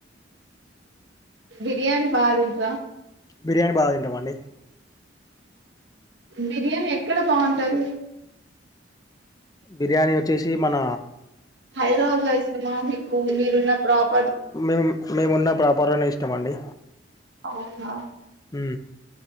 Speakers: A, on the right (about 65°); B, on the left (about 20°).
A: బిర్యానీ బాగా తింటారా
B: బిర్యానీ బాగా తింటాం అండి
A: బిర్యానీ ఎక్కడ బాగుంటది
B: బిర్యానీ వచ్చేసి మన
A: హైదరాబాద్లో ఇష్టమా మీకు మీరున్న ప్రాప్
B: మిమ్ మేము ఉన్న ప్రాపర్ లోనే ఇష్టం అండి
A: అవునా
B: ఉ